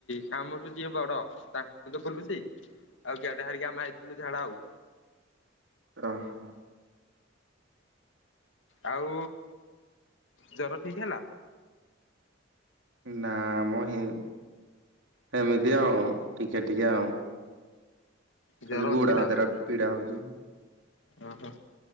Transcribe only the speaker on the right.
ଅ ହ।
ନା ମ ହ ସେମିତି ଆଉ ଟିକେ ଟିକେ ଆଉଁ।
ଖାଲି ଗୁଡ
ହାତଟା ପୀଡା ହଉଚି।